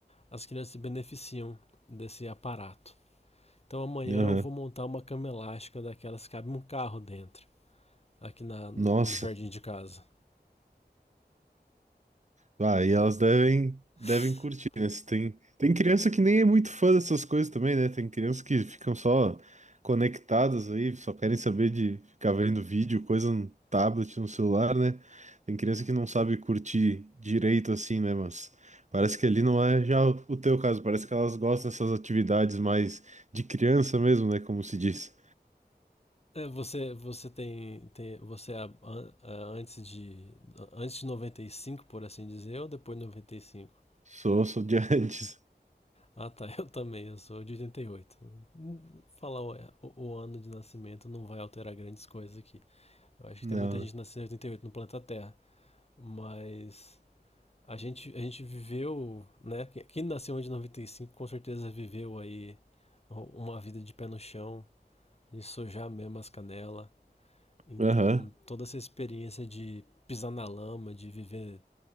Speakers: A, on the left; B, on the right.
A: as crianças se beneficiam desse aparato. Então amanhã
B: Aham.
A: eu vou montar uma cama elástica daquelas que cabe um carro dentro, aqui na, no,
B: Nossa.
A: no jardim de casa.
B: Ah, e elas devem,
A: <laughs>
B: devem curtir, né? Se Tem, tem criança que nem é muito fã dessas coisas também, né? Tem criança que ficam só conectadas aí, só querem saber de ficar vendo vídeo, coisa no tablet, no celular, né? Tem criança que não sabe curtir direito assim, né? Mas parece que ali não é já o teu caso, parece que elas gostam dessas atividades mais de criança mesmo, né? Como se diz.
A: Você, você tem, tem você a- a- a- antes de a, antes de 95, por assim dizer, ou depois de 95?
B: Sou, sou de <laughs> antes.
A: Ah, tá. Eu também. Eu sou de 88. Falar o, o, o ano de nascimento não vai alterar grandes coisas aqui. Eu acho
B: Não.
A: que tem muita gente nascida em 88 no planeta Terra. Mas a gente, a gente viveu, né? Quem quem nasceu em cinco com certeza viveu aí uma vida de pé no chão, de sojar mesmo as canelas. Então,
B: Aham,
A: toda essa experiência de pisar na lama, de viver,